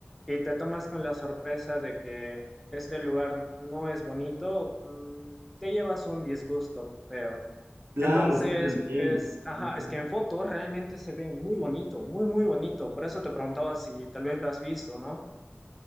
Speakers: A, in the centre; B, on the right (about 85°).
A: y te tomas con la sorpresa de que este lugar no es bonito, mm, te llevas un disgusto feo.
B: Claro,
A: Entonces,
B: sí te entiendo.
A: pues, ajá,
B: Ujú.
A: es que en fotos realmente se ve muy bonito, muy, muy bonito. Por eso te preguntaba si tal vez lo has visto, ¿no?